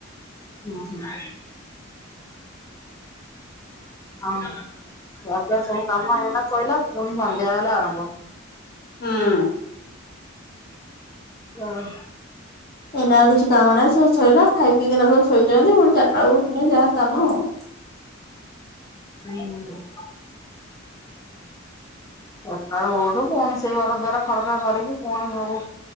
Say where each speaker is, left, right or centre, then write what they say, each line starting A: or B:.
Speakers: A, on the left; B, on the left.
A: ହୁଁ ହୁଁ। ହଉ ବାରଟା ସବୁ କାମ ହେଇନା ସହିଲା ପୁଣି ସନ୍ଧ୍ୟା ହେଲେ ଆରମ୍ଭ।
B: ହୁଁ।
A: ହଁ।
B: ଏଇନା ଆଉ କିଛି କାମ ନାହିଁ ସବୁ ସୋଇଲାା ଖାଇ ପିଇକିନା ସବୁ ଶୋଇଛନ୍ତି ପୁଣି ଚାରିଟା ବେଳକୁ ପୁଣି ଯାହା କାମ ଆଉ।
A: ହୁଁ ହୁଁ। ବାରଟା ବେଳୁ ରଠପୁଣି ସେଇ ଘର ଦ୍ଵାରା ଖରକା କରିକି ପୁଣି ହବ।